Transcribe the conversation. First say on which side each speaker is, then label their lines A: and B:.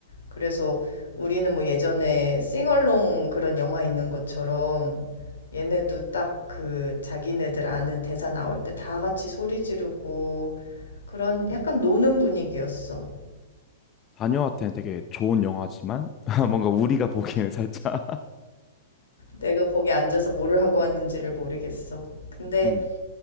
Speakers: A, on the left (about 80°); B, on the left (about 30°).
A: 그래서 우리는 뭐 예전에 싱얼롱 그런 영화 있는 것처럼 얘네도 딱 그 자기네들 아는 대사 나올 때 다 같이 소리 지르고 그런 약간 노는 분위기였어.
B: 자녀한테는 되게 좋은 영화지만, <laughs> 뭔가 우리가 보기에는 살짝.
A: 내가 거기 앉아서 뭐를 하고 왔는지를 모르겠어.
B: <laughs>
A: 근데
B: 음,